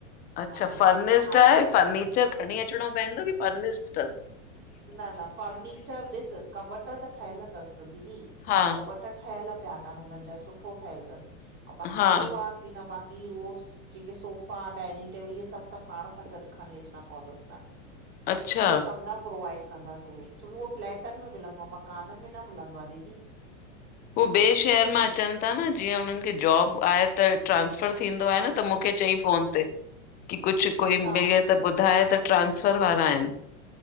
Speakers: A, on the left; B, on the right.
A: अच्छा
B: हा
A: फर्निशड
B: हा
A: आए फर्निचर खणी अचणो पवंदो की फर्निशड तस?
B: न न फर्नीचर ॾिस कॿट त ठयल तस दीदी
A: हा
B: कॿट ठयल पिया तन हुनन जा सुठो ठयल तस अऊं बाक़ी
A: हा
B: इहो आ की न बाक़ी उहो जेके सोफ़ा डाइनिंग टेबल इये सब त पाण सां गॾ खणी अचणा पवंदस न!
A: अच्छा
B: इयो सब न प्रोवाइड कंदस उवे छोकी उहो फ्लैटन में मिलंदो आ मकानन में न मिलंदो आ दीदी!
A: उवे ॿिए शहर मां अचन ता न जीअं हुनन खे जॉब आहे त ट्रांसफर थींदो आहे न त मूंखे चई फोन ते की कुछ कोई
B: अच्छा
A: मिले त ॿुधाए त ट्रांसफर वारा आइन!